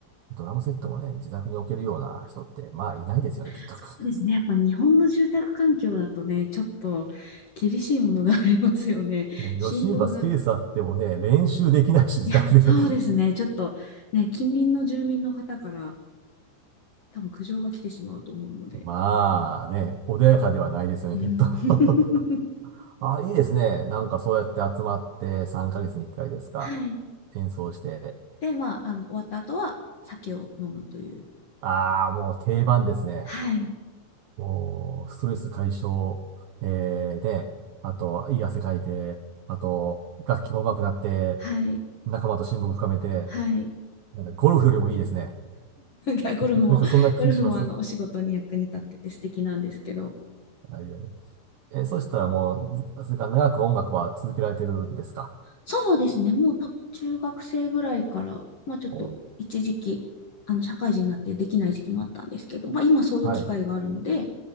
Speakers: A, on the right; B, on the left.
A: ドラムセットもね、自宅に置けるような人って、まあ、いないですよね、
B: そうですね。
A: きっと。<laughs>
B: やっぱ日本の住宅環境だとね、ちょっと厳しいものがありますよね。<laughs>
A: ねヨシンバスペースあってもね、
B: 振動が。
A: 練習できないし、自宅で
B: いや、そうですね。
A: <laughs>
B: ちょっとね、近隣の住民の方から多分苦情が来てしまうと思うので。
A: まあね、穏やかではないですよね、
B: うん。
A: きっと <laughs>
B: <laughs>
A: ああ、いいですね。なんかそうやって集まって3ヶ月に1回ですか。
B: はい。
A: 演奏して。
B: で、まあ、あの、終わった後は酒を飲むという。
A: ああ、もう定番ですね。
B: はい。
A: もう、ストレス解消、えーで、あと、いい汗かいて、あと、楽器も上手くなって、
B: はい。
A: 仲間と親睦深めて、
B: はい。<laughs> い
A: なんかゴルフよりもいいですね。
B: やゴルフも、
A: <laughs> なんかそんな気します。
B: ゴルフもあの、
A: は
B: お仕事に役に立ってて素敵なんですけど。
A: いはいはいえ、そしたらもう、ずそれから長く音楽は続けられてるんですか
B: そうですね。もう多分中学生ぐらいから、まあちょっと一時期、
A: おー
B: あの、社会人になってできない時期もあったんですけど、まあ今そういう機会があるので、
A: はい。